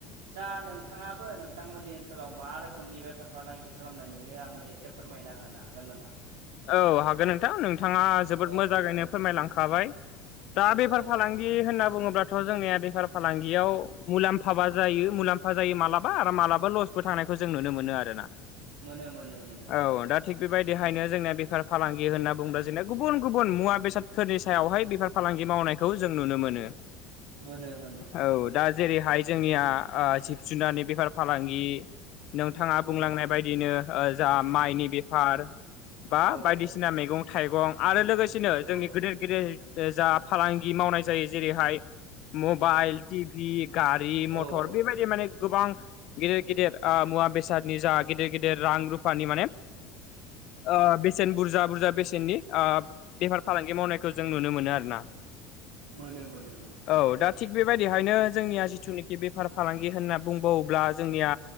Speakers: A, on the right; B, on the left.
A: दा नोंथांङाबो नोंथांमोननि ओनसोलाव मा रोखोमनि बेफार फालांगि खालामनाय नुयो आंनो एसे फोरमायना होनो हागोन नामा?
B: औ हागोन नोंथां नोंथांङा जोबोद
A: औ
B: मोजांङैनो
A: औ
B: फोरमायलांखाबाय दा बेफार
A: औ
B: फालांगि होनना बुङोब्लाथ' जोंनिया बेफार फालांगियाव मुलाम्फाबा जायो मुलाम्फा फा जायो मालाबा आरो माबा लसबो थानायनायखौ जों नुनो मोनो आरोना।
A: मोनो मोनो मोनो
B: औ दा थिग बेबायदिहायनो जोंनिना बेफार फालांगि होनना बुंडो़ब्ला जोंना गुबुन गुबुन मुवा बेसादफोरनि सायावहाय बेफार फालांगि मावनायखौ जों नुनो मोनो।
A: मोनो मोनो
B: औ दा जेरैहाय जोंनिया ओ जिब जुनारनि बेफार फालांगि नोंथाङा बुंलांनाय
A: औ
B: बाय दिनो ओ जा माइनि बेफार बा
A: औ
B: बायदिसिना मैगं थाइगं आरो लोगोसेनो जोंनि
A: औ
B: गेदेर गेदेर ओ जा फालांगि मावनाय जायो। जेरैहाय मबाइल, टिभि, गारि, मथर
A: औ
B: बेबायदि माने गोबां गेदिर गेदिर ओ मुवा बेसादनि जा गेदिर गेदिर रां रुफानि माने ओ बेसेन बुरजा-बुरजा बेसेननि ओ बेफार फालांगि मावनायखौ जों नुनो मोनो आरोना।
A: मोनो-मोनो-मोनो
B: औ दा थिग बेबायदिहायनो जोंनिया जिथुनाखि बेफार फालांगि होनना बुंबावोब्ला जोंनिया